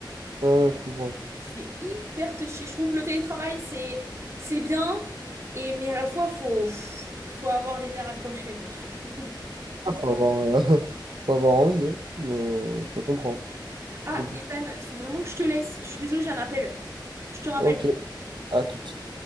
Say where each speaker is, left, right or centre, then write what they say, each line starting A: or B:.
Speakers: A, on the right (about 75°); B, on the right (about 35°).
A: Ouais, je comprends.
B: C'est hyper touchy. Je trouve le télétravail, c'est c'est bien, et mais à la fois, faut pff, faut avoir les nerfs accrochés, quoi. <laughs>
A: Ah, Faut avoir, euh, <laughs> faut avoir envie, hein, mais je te comprends. C'est
B: Ah,
A: compliqué.
B: Ethan, faut vraiment que je te laisse. Je suis désolée, j'ai un appel. Je te rappelle.
A: Ok, à toute.